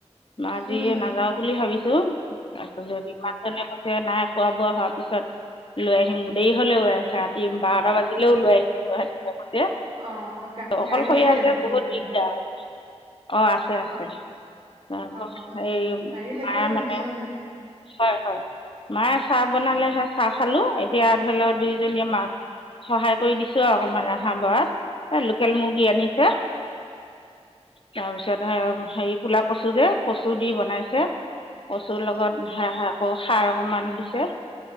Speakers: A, on the left (about 50°); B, on the right (about 55°).
A: ম যিয়ে
B: উম
A: নাযাও বুলি ভাবিছো তাৰ যদি ইমানজনে কঠছে নাই খোৱা বোৱা হোৱাৰ পিছত লৈ আহিম গোটেই হলেও ৰাতি বাৰটা বাজিলেও লৈ আহিম কৈছে
B: অ গা
A: অকলশৰীয়া
B: গাড়ী আছে। নেকি
A: বহুত
B: নিজৰ
A: ঠিক ঠাকক অ আছে আছে
B: অ
A: ত
B: অ
A: এই
B: গাড়ী থাকিলে
A: মায়ে
B: টেনচন
A: মানে
B: নাই
A: হয় হয় মায়ে চাহ বনালেহে চাহ খালো এতিয়া ধৰি লও দুইজনীয়ে মাক সহায় কৰি দিছো অকমান ৰহা বঢ়াত এ লোকেল মুৰ্গী আনিছে তাৰপিছত হেৰি কলা কচু যে কচু দি বনাইছে কচুৰ লগত হ আকৌ সাৰ অকমান দিছে